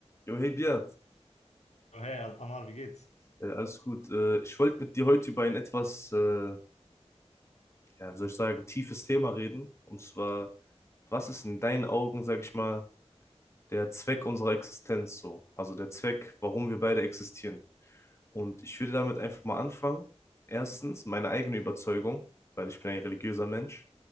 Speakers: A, on the left; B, on the left.
A: Jo, hey Beat,
B: Ja, Hey, Amar, wie geht's?
A: äh, alles gut. Äh, ich wollte mit dir heute über ein etwas, äh, ja, wie soll ich sagen, tiefes Thema reden. Und zwar, was ist in deinen Augen, sag ich mal, der Zweck unserer Existenz so? Also der Zweck, warum wir beide existieren. Und ich würde damit einfach mal anfangen. Erstens, meine eigene Überzeugung, weil ich bin ein religiöser Mensch.